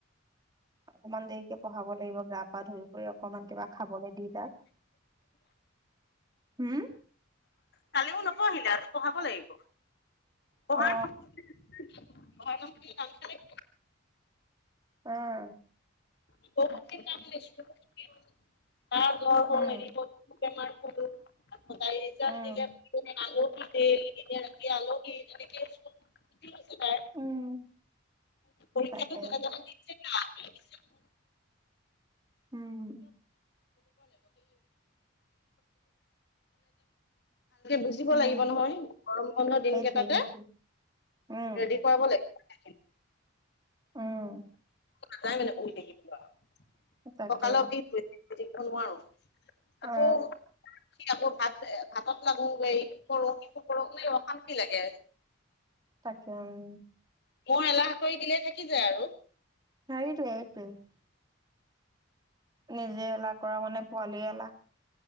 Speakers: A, on the right; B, on the left.
A: অকমান দেৰিকে পঢ়াব লাগিব গা পা ধুই কৰি অকমান কিবা। খাবলে দি তাক হম।
B: কালিও নপঢ়িলে আজি পঢ়াব লাগিব পঢ়াৰ।
A: অ
B: ঘৰ নাম কি <inaudible>
A: অ'
B: <inaudible> আকৌ তাইৰ ৰিজাল্ট দিলে।
A: উম
B: আলহী ডেইলী দিনে ৰাতিয়ে
A: উম
B: আলহী তেনেকে স্কুল উঠি গৈছে তাৰ
A: উম।
B: পৰীক্ষাটো
A: তাকে
B: যেন তেনে দিছে <inaudible>
A: উম
B: <inaudible> <inaudible>
A: উম
B: লাগিব নহয় গৰম বন্ধ দিন
A: সেইটোৱে
B: কেইটাতে
A: সেইটোৱে উম
B: ৰেডি কৰাব লাগিব <inaudible>
A: উম।
B: নাাই মানে বহি থাকিব ন' আৰু
A: তাকে
B: ককালৰ বিষ বহি কি থাকিব নোৱাৰো।
A: অ
B: আকৌ। সি আকৌ ভাত ভাতত লাগো এই কৰোঁ শিশু কৰো নে অশান্তি লাগে।
A: তাকে উম।
B: মই এলাহ কৰি দিলে থাকি যায় আৰু।
A: <inaudible> নিজে এলাহ কৰা মানে পোৱালি এলাহ।